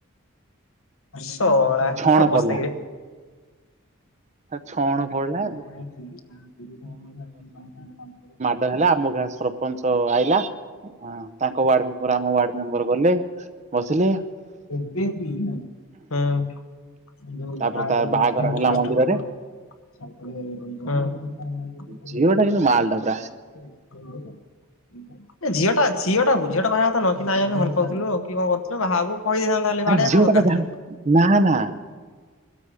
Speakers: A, on the left; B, on the right.
A: ସଳା
B: ଛଣ
A: କି ଅବସ୍ଥା
B: ପଡିଲା
A: କିରେ।
B: ଛଣ
A: <unintelligible>
B: ପଡିଲା ଡହେଲା ଆମ ଗାଁ ସରଫ୍ ସରପଞ୍ଚ ଆଇଲା ତାଙ୍କ ୱାର୍ଡ ମେମ୍ବର ଆମ ୱାର୍ ମେମ୍ବର ଗଲେ ବସିଲେ।
A: <unintelligible> ହୁଁ
B: ତାପରେ ତା ବାହାଘର ହେଲା ମନ୍ଦିରରେ
A: <unintelligible> <unintelligible>
B: ଝିଅ ଟା କିନ୍ତୁ ମାଲଟା ପୁରା
A: ଏ ଝିଅ ଟା ଝିଅଟା ଝିଅ ଟା କହିବା କଥା ନୁହଁ, କି ନାଇଁ ଆମେ ଭଲ ପାଉଥିଲୁ କି କଣ କରୁ ସେ ବାହା କହିଦେଇଥାନ୍ତା ହେଲେ
B: ଆରେ
A: ବାଡ଼େଇବା
B: ଝିଅ
A: କଣ
B: ଟା ବା
A: କରକାର ଥିଲା।
B: ଜାଣି ନା ନା